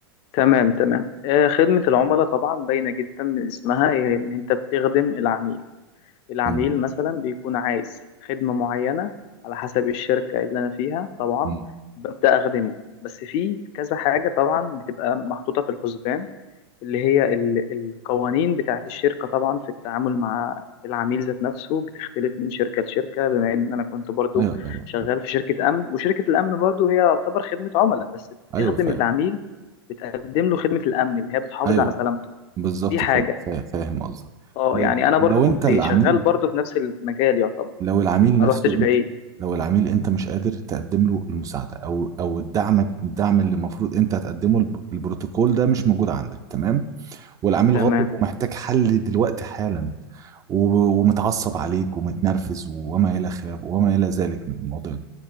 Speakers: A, on the left; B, on the right.
A: تمام تمام آه، خدمة العملاء طبعا باينة جدا من اسمها هي إن أنت بتخدم العميل العميل
B: مم.
A: مثلا بيكون عايز خدمة معينة على حسب الشركة اللي أنا فيها طبعا
B: مم.
A: ببدأ أخدمه بس في كذا حاجة طبعا بتبقى محطوطة في الحسبان اللي هي ال- القوانين بتاعت الشركة طبعا في التعامل مع العميل ذات نفسه بتختلف من شركة لشركة بما إن أنا كنت برضو
B: ايوه ايوه
A: شغال
B: فاهم.
A: في شركة أمن وشركة الأمن برضو هي تعتبر خدمة عملاء بس
B: ايوه
A: بتخدم
B: فاهم
A: العميل بتقدم له خدمة الأمن اللي هي بتحافظ
B: ايوه
A: على سلامته
B: بالظبط
A: دي حاجة
B: فا- فا- فاهم قصدك
A: اه
B: طيب
A: يعني أنا برضو
B: لو
A: كنت
B: انت العميل
A: شغال برضو في نفس المجال يعتبر
B: لو العميل
A: ما
B: نفسه
A: روحتش بعيد
B: انت لو العميل انت مش قادر تقدم له المساعده او او الدعم الدعم اللي المفروض انت هتقدمه الب- البروتوكول ده مش موجود عندك تمام والعميل
A: تمام
B: غاضب ومحتاج حل دلوقتي حالا و- ومتعصب عليك ومتنرفز وما الى خلاف وما الى ذلك من الموضوع